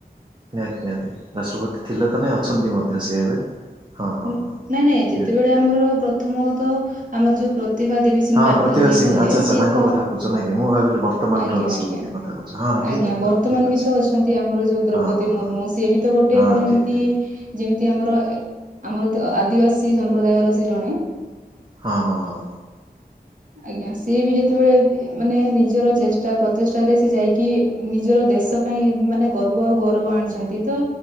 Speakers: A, on the right; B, on the right.
A: ନିହାତି ନିହାତି ରାଷ୍ଟ୍ରପତି ଥିଲେ ତ ନାଇଁ ଅଛନ୍ତି ମଧ୍ୟ ସିଏ ଏବେ। ହଁ ହଁ
B: ନ
A: ହଁ
B: ନାଇଁ ନାଇଁ ଯେତେବେଳେ
A: ନିହାତି।
B: ଆମର ପ୍ରଥମ ତ ଆମର ଯୋଉ ପ୍ର ପ୍ରତିଭା ଦେବୀ ସିଂଘ
A: ହଁ
B: ପାଟିଲ
A: ପ୍ରତିଭା
B: ଯିଏ
A: ସିଂ
B: ଥିଲେ
A: ଆଚ୍ଛା ଆଚ୍ଛା
B: ସିଏ
A: ତାଙ୍କ
B: ତ
A: କଥା କହୁଛ ନାଇଁ କି ମୁଁ ଭାବିଲି ବର୍ତ୍ତମାନର
B: ଆଜ୍ଞା
A: ରାଷ୍ଟ୍ରପତିଙ୍କ
B: ଆଜ୍ଞା।
A: କଥା କହୁଛ ହଁ ହଁ
B: ଆଜ୍ଞା
A: ଠିକ୍ ଅଛି
B: ବର୍ତ୍ତମାନ
A: ହଁ ଠିକ୍ ଅଛି
B: ବି ତ ଅଛନ୍ତି ଆମର ଯୋଉ ଦ୍ରୌପଦୀ
A: ହଁ ହଁ
B: ମୁର୍ମୁ
A: ହଁ।
B: ସିଏ ବି ତ ଗୋଟେ
A: ହଁ
B: ମାନେ
A: ଠିକ୍
B: ଏମିତି
A: ଠିକ୍।
B: ଯେମ ଆମର ଏ ଆମର ତ ଆଦିବାସୀ ସମ୍ପ୍ରଦାୟର ସେ ଜଣେ।
A: ହଁ ହଁ ହଁ।
B: ହଁ ଆଜ୍ଞା ସିଏ ବି ଯେତେବେଳେ ତେ ମାନେ ନିଜର ଚେଷ୍ଟା ପ୍ରଚେଷ୍ଟାରେ ସେ ଯାଇକି ନିଜର ଦେଶ ପାଇଁ ମାନେ ଗର୍ବ ଆଉ ଗୌରବ ଆଣିଛନ୍ତି ତ